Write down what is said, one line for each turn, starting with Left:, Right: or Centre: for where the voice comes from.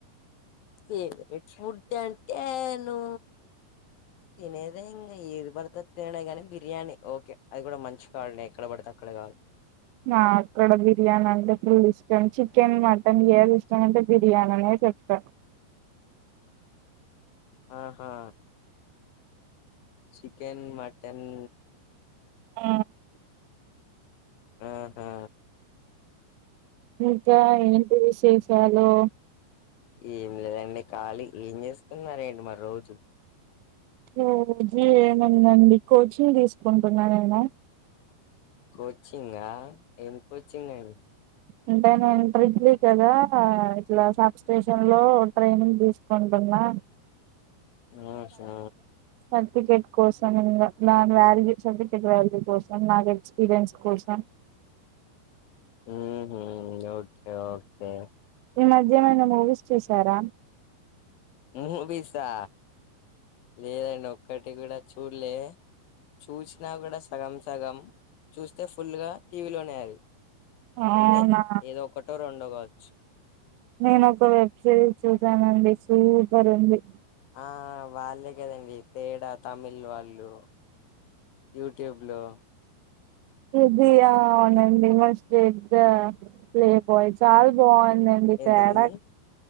Left: ఫేవరెట్ ఫుడ్ అంటేనూ తినేదే ఇంగ ఏది పడితే అది తినుడే కానీ, బిర్యానీ ఓకే అది కూడ మంచి క్వాలిటీ ఎక్కడ పడితే అక్కడ కాదు.
Right: నాక్కూడ బిర్యానీ అంటే ఫుల్ ఇష్టం. చికెన్, మటన్ ఏది ఇష్టం అంటే బిర్యానీ అనే చెప్త.
Left: ఆ హా చికెన్, మటన్
Right: ఆ
Left: ఆ హా
Right: ఇంకా ఏంటి విశే షాలు
Left: ఏం లేదండి ఖాళి. ఏం చేస్తున్నారేంటి మరి రోజు?
Right: రోజు ఏముందండీ, కోచింగ్ తీసుకుంటున్నా నేను.
Left: కోచింగా, ఏం కోచింగ్ అండి
Right: అంటే నేను ట్రిడ్లీ కదా, ఇట్లా సబ్ స్టేషన్ లో ట్రైనింగ్ తీసుకుంటున్నా.
Left: హ్మ్ షా
Right: సర్టిఫికెట్ కోసం, ఇంగ నా వాల్యూ సర్టిఫికెట్ వాల్యూ కోసం, నాకు ఎక్స్పీరియన్స్ కోసం,
Left: మ్మ్ హు ఓకే ఓకే
Right: ఈ మధ్యనేమైనా మూవీస్ చూశారా!
Left: మూవీసా లేదండి ఒక్కటి కూడా చూళ్ళే. చూసినా కూడా సగం సగం, చూస్తే ఫుల్ గా టీవీ లోనే అది.
Right: అవునా
Left: అంతే ఏదో ఒక్కటో రొండో కావ చ్చు
Right: నేను ఒక వెబ్ సిరీస్ చూసానండి సూపర్ ఉంది
Left: ఆ వాళ్ళే కదండి తేడ తమిళ్ వాళ్ళు యూట్యూబ్లో
Right: ఇది ఆ అవునండి must date the play boy చాల బాగు దండి
Left: ఏంటిది
Right: తేడ